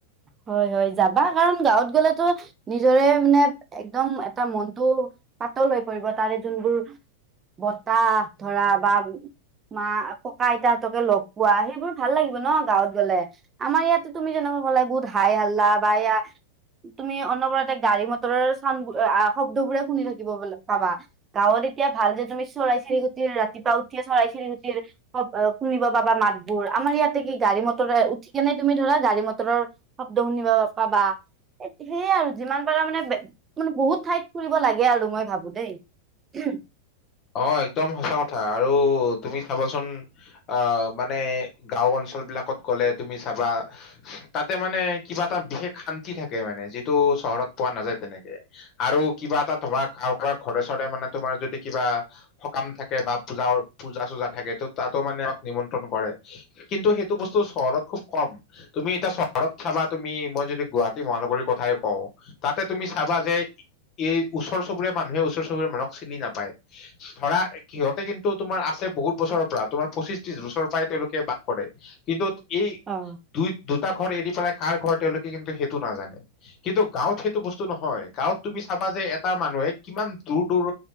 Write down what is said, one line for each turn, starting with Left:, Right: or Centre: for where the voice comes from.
Right: হয় হয় যাবা কাৰণ গাঁৱত গ'লেতো। নিজৰে মানে একদম এটা মনটো পাতল হৈ পৰিব তাৰে যোনবোৰ। বতাহ ধৰা বা মা ককা আইতাহতকে লগ পোৱা। সেইবোৰ ভাল লাগিব ন গাঁৱত গলে আমাৰ ইয়াতো তুমি যেনিকা কলা বহুত হাই হোল্লা বা এইয়া। তুমি অনবতে গাড়ী মটৰৰ চাউণ্ড শব্দবোৰে শুনি থাকিব পাবা। গাঁৱত এতিয়া ভাল যে তুমি চৰাই চিৰিকুটিৰ ৰাতিপুৱা উঠিয়ে চৰাই চিৰিকুটিৰ <unintelligible> শুনিব পাবা মাতবোৰ আমাৰ ইয়াতে কি গাড়ী মটৰ উঠি কেনে তুমি ধৰা গাড়ী মটৰৰ, শব্দ শুনিব পাবা। সেয়াই আৰু যিমান পাৰা মানে মানে বহুত ঠাইত ফুৰিব লাগে আৰু মই ভাবো দেই। <unintelligible>
Left: অ একদম সঁচা কথা আৰু তুমি চাবাচোন। অ মানে গাওঁ অঞ্চল বিলাকত গ'লে তুমি চাবা। তাতে মানে কিবা এটা বিশেষ শান্তি থাকে মানে যিটো চহৰত পোৱা নাযায় তেনেকে। আৰু কিবা এটা তোমাৰ কাৰোবাৰ ঘৰে চৰে মানে তোমাৰ যদি কিবা সকাম থাকে বা পূজা পূজা চূজা থাকে টো তাতো মানে আমাক নিমন্ত্ৰণ কৰে। কিন্তু সেইটো বস্তু চহৰত খুব কম। তুমি এতিয়া চহৰত চাবা তুমি মই যদি গুৱাহাটী মহানগৰীৰ কথাই কওঁ তাতে তুমি চাবা। যে এই ওচৰ চুবুৰীয়া মানুহে ওচৰ চুবুৰীয়া মানুহক চিনি নাপায় ধৰা। সিহঁতে কিন্তু তুমাৰ আছে বহুত বছৰৰ পৰা তুমাৰ পঁচিশ ত্ৰিশ বছৰৰ পৰাই তেওঁলোকে বাস কৰে কিন্তু, এই
Right: অ
Left: দুই দুটা ঘৰ এৰি পেলাই কাৰ ঘৰ তেওঁলোকে কিন্তু সেইটো নাজানে কিন্তু গাঁৱত সেইটো বস্তু নহয় গাঁৱত তুমি চাবা যে এটা মানুহে কিমান দূৰ দূৰ